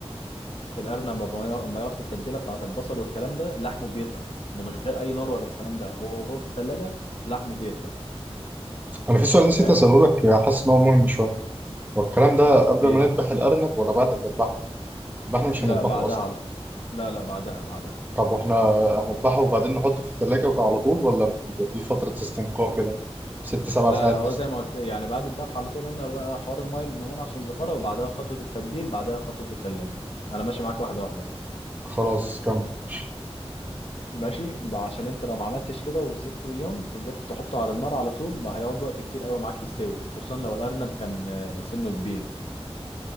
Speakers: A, on the left; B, on the right.
A: القرن لما بي- لما يقعد في التتبيله بتاعت البصل والكلام ده لحمه بيطرى من غير اي نار ولا الكلام ده هو هو في التلاجة لحمه بيطرى
B: انا في سؤال نسيت
A: حلو
B: اساله لك حاسس ان هو مهم شوية والكلام ده قبل
A: ايه
B: ما نذبح الأرنب ولا بعد ما نذبحه؟ ده احنا مش
A: لا
B: هنذبحه
A: بعدها
B: أصلا
A: على لا لا بعدها بعدها
B: طب واحنا هنذبحه وبعدين نحطه في التلاجة على طول ولا بيبقى في فترة استنقاء كده ست سبع
A: لا
B: ساعات
A: لا هو
B: مثلا
A: زي ما قلت يعني بعد الذبح على طول قلنا بقى حوار المايه اللي بنعمله عشان الزفاره وبعدها خطوه التتبيل بعدها خطوه التلاجة انا ماشي معاك واحده واحده أهو.
B: خلاص كمل ماشي
A: ماشي ب- عشان انت لو ما عملتش كده وسبته يوم وجيت تحطه على النار على طول ما هيقعد وقت كتير قوي معاك يستوي خصوصا لو الارنب كان آه، سنه كبير